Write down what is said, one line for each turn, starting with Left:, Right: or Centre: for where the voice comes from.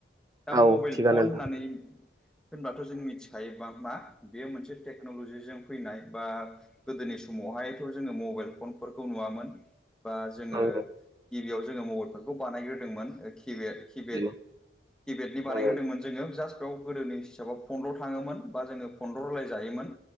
Centre: दा
Right: औ
Centre: मबेल
Right: थिगानो
Centre: फन
Right: नोंथां
Centre: होननानै होनबाथ' जों मिथिखायो बां मा बेयो मोनसे टेक्न'लजिजों फैनाय बा गोदोनि समावहायथ' जोङो मबेल फनफोरखौ नुवामोन। बा जोङो
Right: नंगौ
Centre: गिबियाव जोङो मबाइल फनखौ बानायग्रोदोंमोन केबियार खि किपेद
Right: बेनो
Centre: किपेडनि बानायग्रदोंमोन
Right: नंगौ
Centre: जोङो जास्टा सि गाव गोदोनि हिसाबाव फन्द्र' थाङोमोन बा जोङो फन्द्र' रायलाय जायोमोन।